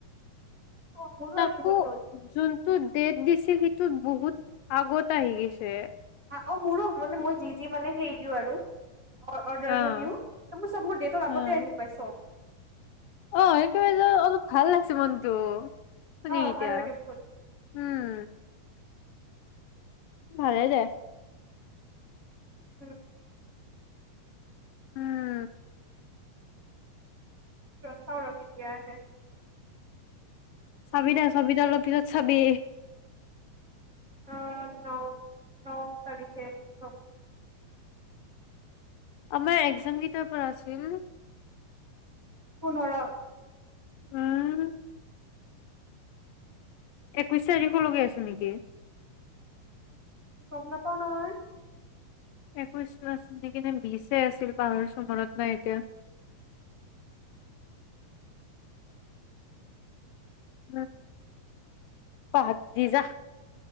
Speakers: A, on the right; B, on the left.
A: অ মোৰো
B: তাকো,
A: আহিবতো
B: যোন টো ডেট দিছিল সেইটো বহুত আগত আহি গিছে।
A: অ মোৰো, মানে মই যি-যি মানে হেৰি দিওঁ আৰু, অ অৰ্ডাৰবোৰ
B: অ',
A: দিও, এইবোৰ চব মোৰ ডেটৰ
B: অ',
A: আগতে আহি পাই স্ব।
B: অ <unintelligible> অলপ ভাল লাগিছে মনতটো, শুনি
A: অ
B: এতিয়া,
A: ভাল লাগে বহুত
B: উম। ভালে
A: অ
B: দে।
A: <inaudible>
B: উম
A: চাওঁ ৰ কেতিয়া আহে?
B: চাবি
A: উম,
B: দে চাবি তই অলপ পিছত চাবি,
A: অ, ন-ন তাৰিখে <unintelligible>
B: আমাৰ এক্জাম কেইটাৰ পৰা আছিল?
A: পোন্ধৰ
B: হম একৈশ তাৰিখলৈকে আছে নেকি?
A: গম নাপাও নহয়।
B: একৈছ <unintelligible> কিনে বিচে আছিল পাহৰিছোঁ, মনত নাই এতিয়া। <inaudible> পাহ দি যাহ।